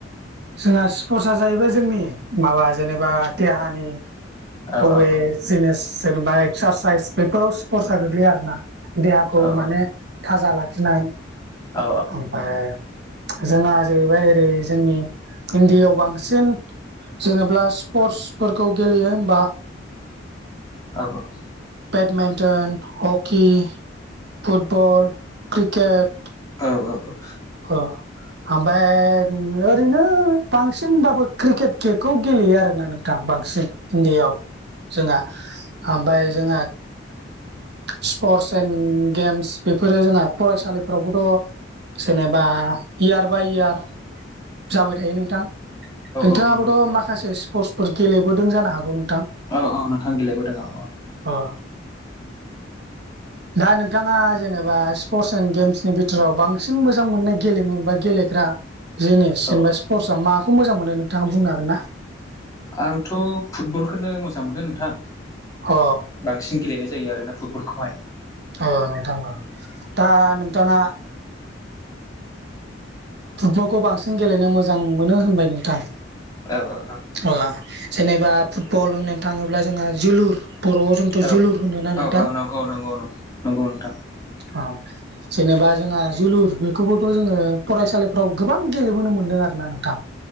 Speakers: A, on the right; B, on the left.
A: जोंहा स्पर्टस जाहैबाय जोंनि माबा जेनेबा देहानि
B: औ
A: बबे
B: औ औ
A: जिनिस जेनेबा एक्सारसाइस बेफोराव स्पर्सा गोग्लैयो आरो ना देहाखौ
B: औ
A: माने थाजा लाखिनाय
B: औ
A: ओमफ्राय जोंहा जाहैबाय ओरै जोंनि इण्डियायाव बांसिन जेनेबा स्पर्टसफोरखौ गेलेयो होमबा
B: औ
A: बेडमिन्टन हकि फुटबल क्रिकेट
B: औ औ औ
A: औ ओमफ्राय ओरैनो बांसिनबाबो क्रिकेट केखौ गेलेयो आरोना नोंथां बांसिन इण्डियाआव जोंहा ओमफ्राय जोंहा स्पर्टस एन्ड गेम्स बेफोरो जोंहा फरायसालिफोरावबोथ' जेनेबा इयार बाय इयार जाबाय थायो नोंथां नोंथाङाबोथ'
B: औ नंगौ नंगौ
A: माखासे स्पर्टस गेलेबोदों जानो हागौ नोंथां
B: औ औ नोंथां गलायबोदोंङ औ
A: अ दा नोंथाङा जेनेबा स्पर्टस एन्ड गेम्सनि बिथोराव बांसिन बांसिन मोजां मोननाय गेलेमु बा गेलेग्रा जिनिस
B: औ
A: जेनेबा सर्सआ माखौ मोजां मोनो नोंथाङा बुंनो हागोन ना
B: आंथ' फुटबलखौनो मोजां मोनदों नोंथां
A: अ
B: बांसिन गेलेनाय जायो आरोना फुटबलखौहाय
A: औ नोंथां दा नोंथाङा फुटबलखौ बांसिन गेलेनो मोजां मोनो होनबाय नोंथां
B: औ औ औ
A: अ जेनेबा फुटबल होननो थाङोब्ला जोंहा जोलुर बर'आव जोंथ'
B: औ
A: जोलुर होनो ना
B: औ
A: नोंथां
B: औ नंगौ नंगौ नंगौ नंगौ नोंथां
A: औ जेनेबा जोंहा जोलुर बेखौबो ' जोङो फरायसालिफ्राव गोबां गेलेबोनो मोन्दों आरो ना नोंथां